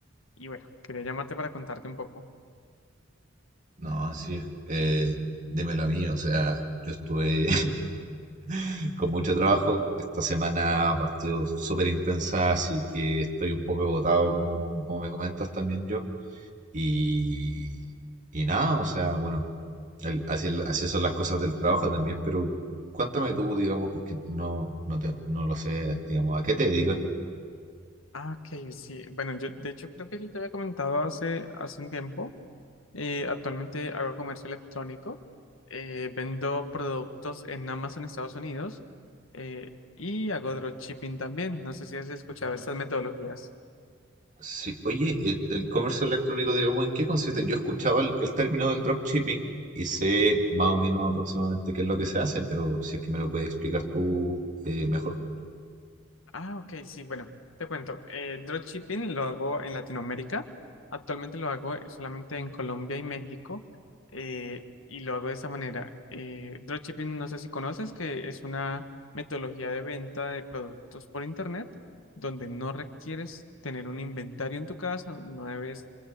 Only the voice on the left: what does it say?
y bueno, quería llamarte para contarte un poco.
Ah, ok, sí. Bueno, yo de hecho creo que yo te había comentado hace, hace un tiempo. Eh, actualmente hago comercio electrónico, eh, vendo productos en Amazon, Estados Unidos, eh, y hago dropshipping también. No sé si has escuchado estas metodologías.
Ah, ok, sí, bueno, te cuento. Eh, dropshipping lo hago en Latinoamérica. Actualmente lo hago eh, solamente en Colombia y México. eh, y lo hago de esa manera. Eh, dropshipping, no sé si conoces, que es una metodología de venta de productos por internet donde no requieres tener un inventario en tu casa, no debes